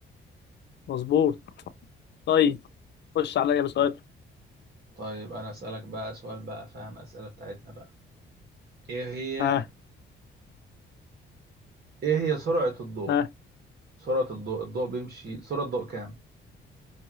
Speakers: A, on the left; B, on the right.
A: مظبوط طيب خش عليا بسؤال
B: طيب انا اسالك بقى سؤال بقى فاهم اسئله بتاعتنا بقى ايه هي
A: ها
B: ايه هي سرعة الضوء
A: ها
B: سرعة الضوء الضوء بيمشي سرعة الضوء كام